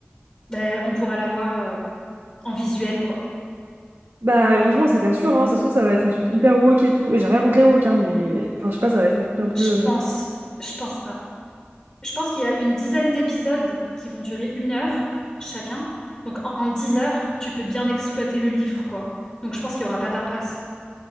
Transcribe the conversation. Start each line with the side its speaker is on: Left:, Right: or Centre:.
Left: ben, on pourra la voir euh, en visuel, quoi.
Right: bah franchement c'est pas sûr, hein. Ça se trouve ça va être un truc hyper woke et tout. J'ai rien contre les woke, hein, mais enfin je sais pas, ça va être un truc un peu,
Left: Je
Right: euh,
Left: pense. Je pense pas. je pense qu'il y a une dizaine d'épisodes qui vont durer une heure chacun. Donc en, dix heures, tu peux bien exploiter le livre, quoi. Donc je pense qu'il n'y aura pas d'impasse.